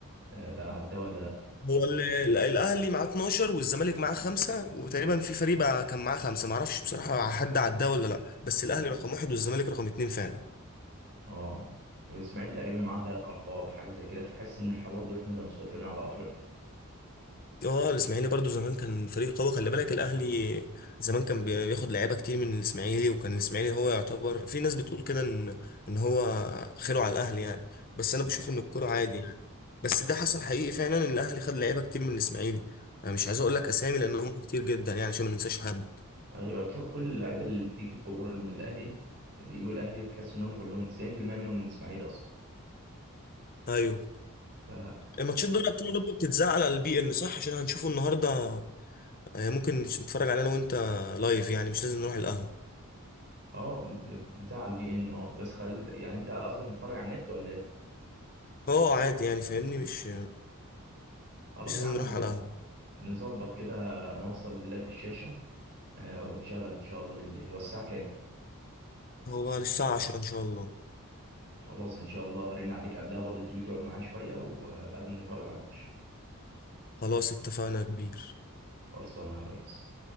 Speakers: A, on the right (about 50°); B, on the left (about 40°).
A: آه، بقى عداه ولا لا
B: هو ال- ال- الأهلي معاه 12 والزمالك معاه خمسة وتقريبا في فريق بقى كان معاه خمسة معرفش بصراحة حد عداه ولا لأ بس الأهلي
A: مم.
B: رقم واحد والزمالك رقم اتنين فعلا
A: اه والاسماعيلي تقريبا معاه ثلاث القاب حاجه زي كده فتحس ان احنا برضه احنا اللي مسيطرين على افريقيا
B: اه الاسماعيلي برضو زمان كان فريق قوي خلي بالك الاهلي زمان كان بياخد لعيبه كتير من الاسماعيلي وكان الاسماعيلي هو يعتبر في ناس بتقول كده ان ان هو خيره على الاهلي يعني بس انا بشوف
A: اه
B: ان الكوره عادي يعني بس ده حصل حقيقي فعلا ان الاهلي خد لعيبه كتير من الاسماعيلي انا مش عايز
A: اه
B: اقول لك اسامي لان هم كتير جدا يعني عشان ما ننساش حد
A: أيوة، يعتبر كل اللعيبه اللي بتيجي الكوره من الاهلي بيجوا الاهلي بتحس ان هم كلهم 90% منهم من الاسماعيلي اصلا
B: ايوه
A: ف
B: الماتشات دوري ابطال اوروبا بتتذاع على البي ان صح عشان هنشوفه النهارده آه، ممكن نتفرج عليه انا وانت لايف يعني مش لازم نروح القهوه
A: اه بتزعل بي ان اه بس خل يعني انت قصدك نتفرج على النت ولا ايه
B: اه عادي يعني فاهمني مش
A: خلاص
B: مش لازم
A: يا عم
B: نروح
A: نظبط
B: على القهوه
A: نظبط كده نوصل اللاب في الشاشه آه ونشغل ان شاء الله بالليل هو الساعه كام
B: هو بعد الساعة عشرة إن شاء الله
A: خلاص ان شاء الله هرن عليك قبلها برضه تيجي تقعد معايا شويه وبعدين نتفرج على الماتش
B: خلاص اتفقنا يا كبير
A: خلصانه يا ريس